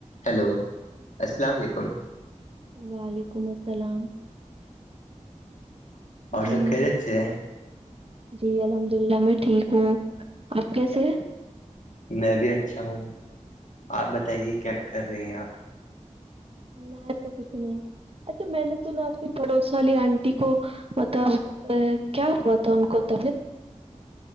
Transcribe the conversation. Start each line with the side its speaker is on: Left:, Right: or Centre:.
Left: hello السلام علیکم
Right: وعلیکم السلام
Left: اور
Right: جی
Left: سب خیریت سے ہے
Right: جی الحمد اللہ میں ٹھیک ہوں آپ کیسے
Left: میں بھی اچھا ہوں آپ بتائیے کیا کر رہے ہیں آپ
Right: میں تو کچھ نہیں اچھا میں نے سنا آپ کی پڑوس والی آنٹی کو مطلب کیا ہوا تھا ان کو طبیعت